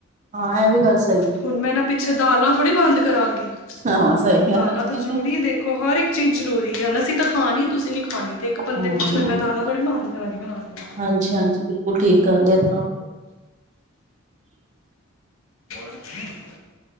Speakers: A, on the right (about 35°); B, on the left (about 75°).
A: ਹਾਂ ਐ ਵੀ ਗੱਲ ਸ
B: ਹੁਣ ਮੈਂ ਏਨਾ ਪਿੱਛੇ ਦਾਲਾਂ ਥੋੜ੍ਹੀ ਬੰਦ ਕਰਾਂਗੀ
A: ਹਾਂ ਸਹੀ ਗੱਲ
B: ਦਾਲਾਂ ਤਾਂ
A: ਏ।
B: ਜ਼ਰੂਰੀ ਦੇਖ ਦੇਖੋ ਹਰ ਇੱਕ ਚੀਜ਼ ਜ਼ਰੂਰੀ ਐ ਨ ਅਸੀਂ ਤਾਂ ਖਾਣੀ ਤੁਸੀਂ ਨੀ ਖਾਣੀ। ਤੇ ਇੱਕ ਬੰਦੇ
A: ਹਾਂ
B: ਪਿੱਛੇ ਹੁਣ ਮੈਂ ਦਾਲਾਂ ਥੋੜੀ ਬੰਦ ਕਰਾਂਗੀ ਬਣਾਨੀਆਂ।
A: ਹਾਂਜੀ ਹਾਂਜੀ ਬਿਲਕੁੱਲ ਠੀਕ ਗੱਲ ਐ ਤਾਂ।
B: <unintelligible>